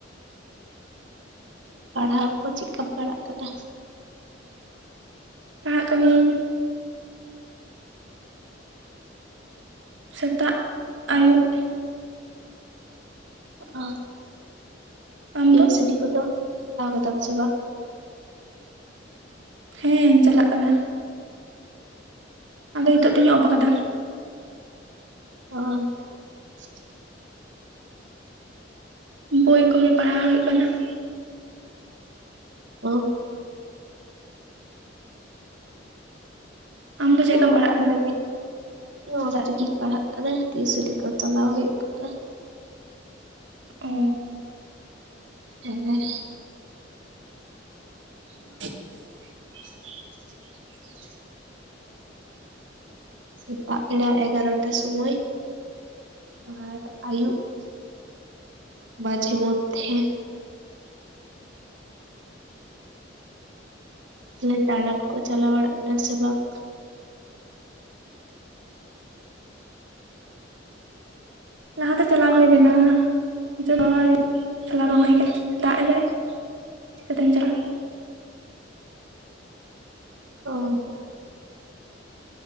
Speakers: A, on the right (about 70°); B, on the right (about 80°).
A: ᱯᱟᱲᱦᱟᱣ ᱠᱚ ᱪᱮᱜ ᱠᱟᱢ ᱯᱟᱲᱟᱜ ᱠᱟᱱᱟ?
B: ᱯᱟᱲᱦᱟᱜ ᱠᱟᱹᱱᱟᱹᱧ ᱥᱮᱛᱟᱜ, ᱟᱹᱭᱩᱵ ᱾
A: ᱚ ᱾
B: ᱟᱢ
A: ᱡᱮ
B: ᱫᱚ
A: ᱤ ᱥᱤᱵᱤ ᱠᱚᱫᱚ ᱦᱟᱛᱟᱣ ᱠᱟᱫᱟᱢ ᱥᱮ ᱵᱟᱝ?
B: ᱦᱮᱸ ᱪᱟᱞᱟᱜ ᱠᱟᱱᱟ ᱾ ᱟᱫᱚ ᱱᱤᱛᱚᱜ ᱫᱩᱧ ᱚᱯ ᱟᱠᱟᱫᱟ ᱾
A: ᱚᱸ ᱾
B: ᱵᱩᱭ ᱠᱚᱜᱮ ᱯᱟᱲᱦᱟᱣ ᱦᱩᱭᱩᱜ ᱠᱟᱱᱟ ᱾
A: ᱚ ᱾
B: ᱟᱢ
A: ᱤᱧ
B: ᱫᱚ ᱪᱮᱫᱠᱟᱢ
A: ᱦᱚᱸ
B: ᱯᱟᱲᱦᱟᱜ
A: ᱚᱲᱟᱜ
B: ᱠᱟᱱᱟ
A: ᱨᱮᱜᱮ ᱾ ᱤᱧ ᱚᱲᱟᱜ ᱨᱤᱜᱤᱧ ᱯᱟᱲᱦᱟᱜ ᱠᱟᱱᱟ ᱴᱤᱭᱩᱥᱮᱱᱤ ᱠᱚ ᱪᱟᱞᱟᱣ ᱦᱩᱭᱩᱜ ᱠᱟᱱᱟ ᱾
B: ᱚ ᱾
A: ᱦᱮᱸ ᱾
B: <inaudible>
A: ᱥᱮᱛᱟᱜ ᱵᱮᱲᱟ ᱮᱜᱟᱨᱚᱴᱟ ᱥᱚᱢᱚᱭ, ᱟᱨ ᱟᱹᱭᱩᱵ ᱾ ᱵᱟᱡᱷᱮ ᱢᱚᱫᱫᱷᱮ ᱾ ᱛᱟᱦᱞᱮ ᱫᱟᱬᱟᱱ ᱠᱚ ᱪᱟᱞᱟᱣ ᱵᱟᱲᱟᱜ ᱠᱟᱱᱟ ᱥᱮ ᱵᱟᱝ?
B: ᱞᱟᱦᱟᱛᱮ ᱪᱟᱞᱟᱣ ᱦᱩᱭ ᱞᱮᱱᱟ ᱾ ᱱᱤᱛᱚᱜ ᱫᱚ ᱚᱲᱟᱜ ᱨᱮᱜᱮ ᱪᱟᱞᱟᱣ ᱵᱟᱝ ᱦᱩᱭ ᱠᱟᱱᱟ ᱫᱟᱜᱽ ᱮᱫᱟᱭ, ᱪᱤᱠᱟᱹᱛᱮᱢ ᱪᱟᱞᱟᱜᱼᱟ ᱾
A: ᱚᱦᱚ ᱾